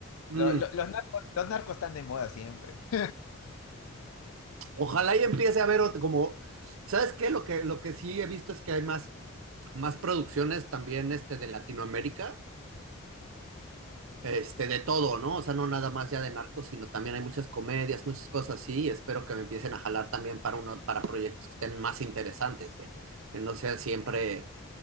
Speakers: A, on the right (about 65°); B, on the left (about 75°).
A: Mm,
B: Lo- lo- los narcos, los narcos están de moda siempre. <laughs>
A: ojalá y empiece a ver ot- como, ¿sabes qué? Lo que, lo que sí he visto es que hay más, más producciones también este, de Latinoamérica, este, de todo, ¿no? O sea, no nada más ya de narcos, sino también hay muchas comedias, muchas cosas así, y espero que me empiecen a jalar también para, uno, para proyectos que estén más interesantes, güey. Que no sea siempre,